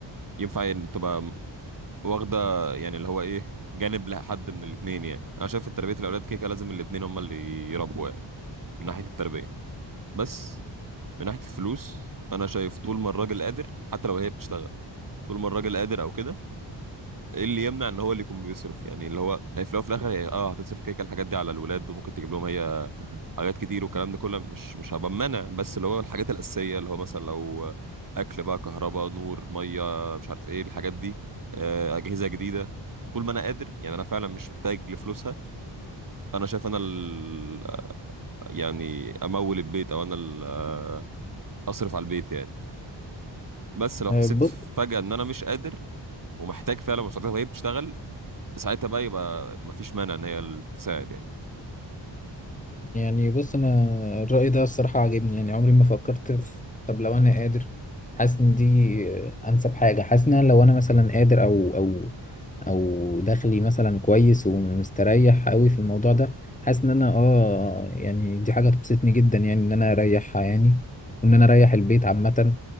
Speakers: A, on the right; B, on the left.
A: ينفع يعني تبقى واخده يعني اللي هو ايه جانب لحد من الاثنين يعني انا شايف ان تربيه الاولاد كده كده لازم الاثنين هم اللي يربوا يعني من ناحيه التربيه بس من ناحيه الفلوس انا شايف طول ما الراجل قادر حتى لو هي بتشتغل طول ما الراجل قادر او كده ايه اللي يمنع ان هو اللي يكون بيصرف يعني اللي هو هي في الاول وفي الاخر هي اه هتصرف كده كده الحاجات دي على الولاد وممكن تجيب لهم هي حاجات كتير والكلام ده كله مش مش هبقى منع بس اللي هو الحاجات الأساسية اللي هو مثلا لو أكل بقى كهرباء نور مية مش عارف إيه الحاجات دي آه، أجهزة جديدة طول ما أنا قادر يعني أنا فعلا مش محتاج لفلوسها أنا شايف أنا ال... يعني أمول البيت أو أنا ال... آه، أصرف على البيت يعني بس لو حسيت
B: بص،
A: فجأة إن أنا مش قادر ومحتاج فعلا مساعدتها وهي بتشتغل ساعتها بقى يبقى مفيش مانع إن هي تساعد يعني
B: يعني بص انا الرأي ده الصراحة عاجبني يعني عمري ما فكرت في طب لو انا قادر حاسس ان دي انسب حاجة حاسس ان أنا لو انا مثلا قادر او او او دخلي مثلا كويس ومستريح قوي في الموضوع ده حاسس ان انا اه يعني دي حاجة تبسطني جدا يعني ان انا اريحها يعني وان انا اريح البيت عامة